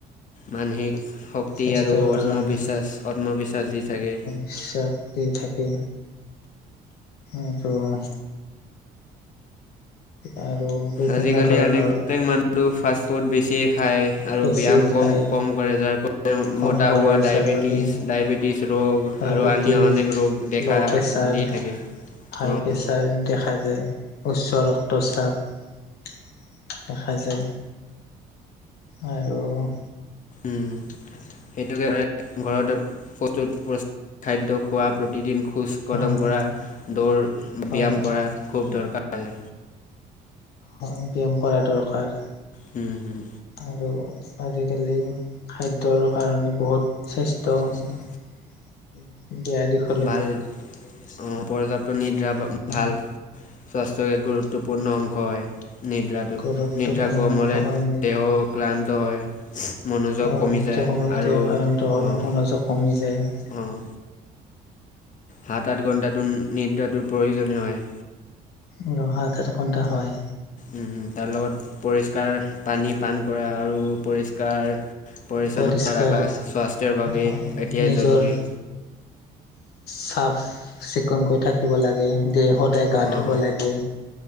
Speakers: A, on the left (about 50°); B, on the left (about 70°).
A: মানসিক শক্তি
B: স্বাস্থ্যৰ
A: আৰু
B: কাৰণে
A: আত্মবিশ্বাস আত্মবিশ্বাস দি থাকে।
B: বিশ্বাস দি থাকে আৰু- আৰু- বিভিন্ন
A: আজিকালি
B: ধৰণৰ
A: অনেক মানুহোটো ফাষ্ট ফুড বেছিয়ে- খায় আৰু
B: বেছি
A: ব্যায়াম
B: খাই
A: কম কম কৰে যাৰ কাৰণে
B: কম
A: মতা
B: কৰে
A: হোৱা ডায়েবেটিছ
B: যাৰ বাবে
A: ডায়বেট- টিছ ৰোগ
B: ডায়বেটিছ
A: আৰু আন্য অনেক ৰোগ দেখা
B: ল' প্ৰেছাৰ
A: দি থাকে।
B: হাই
A: অঁ
B: প্ৰেছাৰ দেখা যায়। উচ্চ ৰক্তচাপ দেখা যায়। আৰু-
A: উম' সেইটোকে ঘতে ঘৰতে- প্ৰস্তুত প্ৰচ খাদ্য খোৱা, প্ৰতিদিন খোজ়- কদম
B: উম
A: কৰা, দৌৰ
B: হয়
A: ব্যায়াম কৰা খুব দৰকাৰ।
B: হয়, ব্যায়াম কৰা দৰকাৰ।
A: হুম, হুম।
B: আৰু আজিকালি খাদ্যৰ কাৰণে বহুত স্বাস্থ- ত,
A: স্বাস্থ্য
B: দেয়া দেখো-
A: ভাল অঁ পৰ্যাপ্ত নিদ্ৰা পায়
B: ইমান
A: ভাল- স্বাস্থ্যৰ এক গুৰুত্বপূৰ্ণ অংশ হয় নিদ্ৰাত- টো।
B: গুৰুত্বপূৰ্ণ
A: নিদ্ৰা কম
B: অংশ
A: হ'লে
B: হয়
A: দেহ ক্লান্ত হয়। মনোযোগ
B: নিত্য
A: কমি যায়,
B: কমতে
A: আৰু
B: আক্ৰান্ত হয়
A: অঁ'
B: মনোযোগ কমি যায়
A: অঁ'। সাত, আঠ ঘণ্টাটো নিদ্ৰাটো প্ৰয়োজনীয় হয়।
B: অঁ' হাত আঠ ঘণ্টা হয়।
A: উম' উম' তাৰ লগত পৰিষ্কাৰ পানী পান কৰা আৰু পৰিষ্কাৰ- পৰিচ্ছন্নতা
B: পৰিষ্কাৰ
A: ৰাখা স্বাস্থ্যৰ বাবে
B: হয়
A: এতিয়াই
B: নিজৰ
A: জৰুৰী।
B: চাফ, চিকুণ কৈ থাকিব লাগে। দেহ সদায় গা ধুব
A: অঁ
B: লাগে।